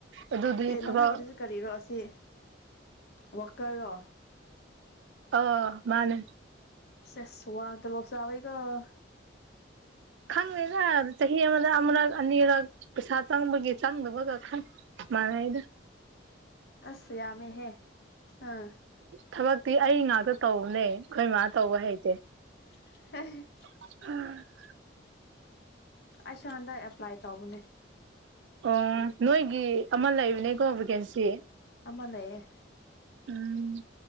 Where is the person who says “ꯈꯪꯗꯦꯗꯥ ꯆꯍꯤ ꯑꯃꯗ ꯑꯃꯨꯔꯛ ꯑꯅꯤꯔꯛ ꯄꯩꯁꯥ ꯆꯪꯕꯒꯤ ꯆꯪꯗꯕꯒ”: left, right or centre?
Right